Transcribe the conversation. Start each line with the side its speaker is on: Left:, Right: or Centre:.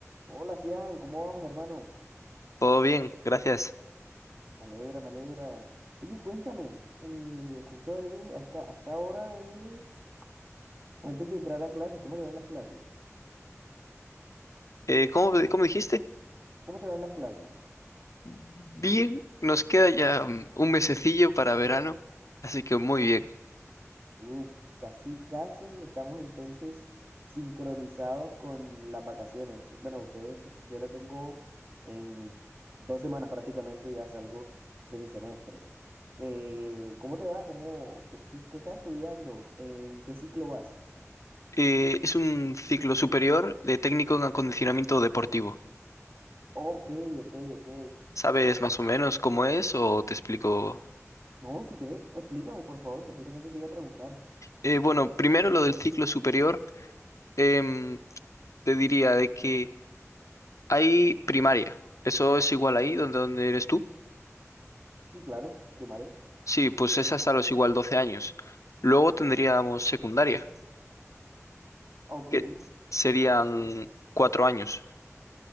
Right: Hola, Cian, ¿cómo vamos, hermano?
Left: Todo bien, gracias.
Right: Me alegra, me alegra. Oye, cuéntame, eh, justo ahí, a esta, a esta hora es antes de entrar a clases, ¿cómo te van las clases?
Left: Eh, ¿cómo, cómo dijiste?
Right: ¿Cómo te van las clases?
Left: Bien, nos queda ya mm, un mesecillo para verano, así que muy bien.
Right: Uf, casi, casi estamos entonces sincronizados con las vacaciones. Bueno, ustedes, yo la tengo en dos semanas prácticamente, ya salgo de mi semestre. Eh, ¿cómo te va? ¿Cómo, qué, qué- qué estás estudiando? ¿En qué ciclo vas?
Left: Eh, es un ciclo superior de técnico en acondicionamiento deportivo.
Right: Ok, ok, ok.
Left: ¿Sabes más o menos cómo es o te explico?
Right: No, si quieres, explícame, por favor, que justamente te iba a preguntar.
Left: Eh, bueno, primero lo del ciclo superior, em, te diría de que hay primaria. ¿Eso es igual ahí donde, donde eres tú?
Right: Sí, claro, primaria.
Left: Sí, pues es hasta los igual 12 años. Luego tendríamos secundaria,
Right: Ok,
Left: que serían
Right: ok, ok,
Left: cuatro años.